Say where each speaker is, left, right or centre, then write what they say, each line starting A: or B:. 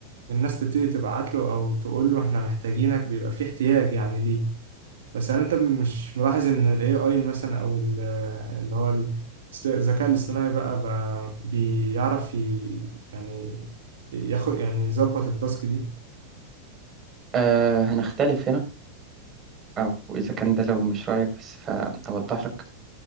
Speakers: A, on the right; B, on the right.
A: الناس تبتدي تبعت له او تقول له احنا محتاجينك بيبقى في احتياج يعني ليه بس يعني انت مش ملاحظ ان ال AI مثلا او ال- اللي هو ال- الذكاء الاصطناعي بقى بقى بيعرف ي- يعني ياخد يعني يظبط التاسك دي
B: آه هنختلف هنا أو إذا كان ده لو مش رأيك بس فأوضح لك